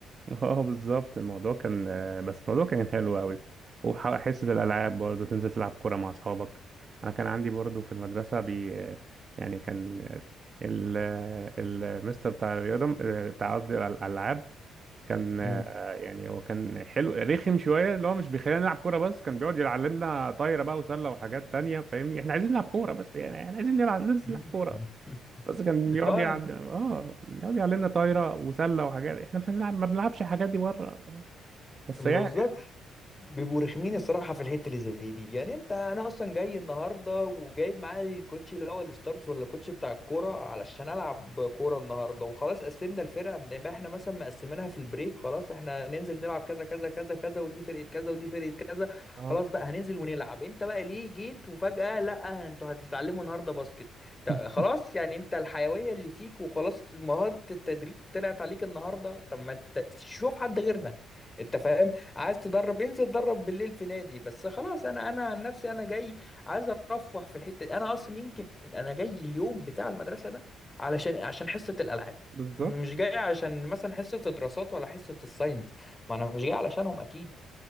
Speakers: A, on the right; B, on the left.
A: <laughs> اه بالظبط الموضوع كان آه، بس الموضوع كان حلو قوي وحصة الألعاب برضو تنزل تلعب كورة مع أصحابك أنا كان عندي برضو في المدرسة بي آه، يعني كان آه، ال- آه، المستر بتاع الرياضة آه، بتاع قصدي الأل- الألعاب كان آه،
B: امم
A: يعني هو كان حلو رخم شوية اللي هو مش بيخلينا نلعب كورة بس كان بيقعد يعلمنا طايرة بقى وسلة وحاجات تانية فاهمني احنا عايزين نلعب كورة بس يعني احنا عايزين نلعب ننزل
B: مم.
A: نلعب كورة
B: <laughs>
A: بس كان بيقعد
B: اه
A: يعلم اه بيقعد يعلمنا طايره وسله وحاجات احنا مش هنلعب ما بنلعبش الحاجات دي بره ف- بس
B: بالظبط
A: يعني
B: بيبقوا رخمين الصراحه في الحته اللي زي دي يعني انت انا اصلا جاي النهارده وجايب معايا الكوتش اللي هو الستارز ولا الكوتش بتاع الكوره علشان العب كوره النهارده وخلاص قسمنا الفرقه زي ما احنا مثلا مقسمينها في البريك خلاص احنا هننزل نلعب كذا كذا كذا كذا ودي فرقه كذا ودي فرقه كذا
A: اه
B: خلاص بقى هننزل ونلعب انت بقى ليه جيت وفجاه لا انتوا هتتعلموا النهارده باسكت تا-
A: <laughs>
B: خلاص يعني انت الحيويه اللي فيك وخلاص مهاره التدريب طلعت عليك النهارده طب ما انت شوف حد غيرنا انت فاهم عايز تدرب انزل اتدرب بالليل في نادي بس خلاص انا انا عن نفسي انا جاي عايز ارفه في الحته دي انا اصلا يمكن انا جاي اليوم بتاع المدرسه ده علشان عشان حصه الالعاب
A: بالظبط
B: مش جاي عشان مثلا حصه الدراسات ولا حصه الساينس ما انا مش جاي علشانهم اكيد